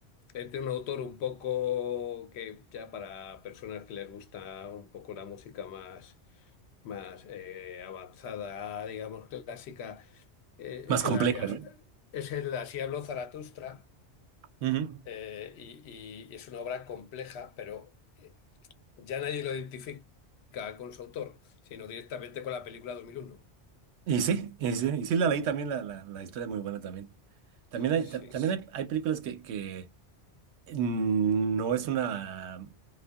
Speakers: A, on the left; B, on the right.
A: es de un autor un poco que ya para personas que les gusta un poco la música más, más eh, avanzada, digamos clásica, eh,
B: Más
A: es
B: complejo,
A: el,
B: ¿no?
A: es el Así habló Zaratustra
B: Ujú.
A: eh, y, y es una obra compleja, pero eh, ya nadie lo identifica con su autor, sino directamente con la película dos mil uno
B: Y sí, y sí, y sí la leí también, la, la, la historia es muy buena también. También hay,
A: Sí,
B: ta- también hay, hay películas que, que mm, no es una